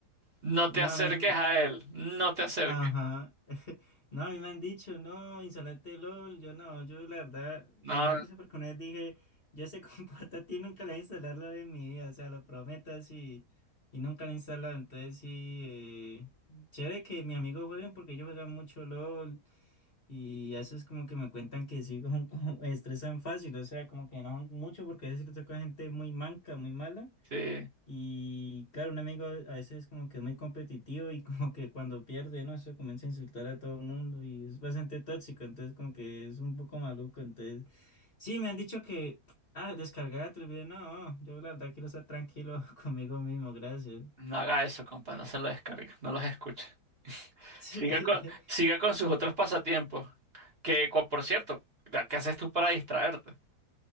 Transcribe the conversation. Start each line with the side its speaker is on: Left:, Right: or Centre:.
Right: No
Left: No,
Right: te No, acerques
Left: a mí.
Right: a él, no te acerques.
Left: Ajá. <laughs> No, a mí me han dicho, no, instalate LOL. Yo no, yo la verdad,
Right: No,
Left: y me arriesgo porque una vez dije, yo ese <laughs> comporta a ti nunca le voy a instalar LOL en mi vida, o sea, lo prometo así, y nunca lo he instalado. Entonces sí, eh, chévere que mis amigos jueguen porque ellos juegan mucho LOL, y eso es como que me cuentan que sí, <laughs> como, como estresan fácil, o sea, como que no mucho porque a veces les toca gente muy manca, muy mala.
Right: sí,
Left: Y claro, un amigo a veces como que es muy competitivo y <laughs> como que cuando pierde, ¿no? Eso comienza a insultar a todo el mundo y es bastante tóxico, entonces como que es un poco maluco, entonces... Sí, me han dicho que, ah, descargar el video, no, yo la verdad quiero estar tranquilo <laughs> conmigo mismo, gracias.
Right: no haga eso, compa, no se lo descargue, no los escuche.
Left: <laughs>
Right: Siga con, siga con sus otros pasatiempos, que cu- por cierto, ¿qué haces tú para distraerte?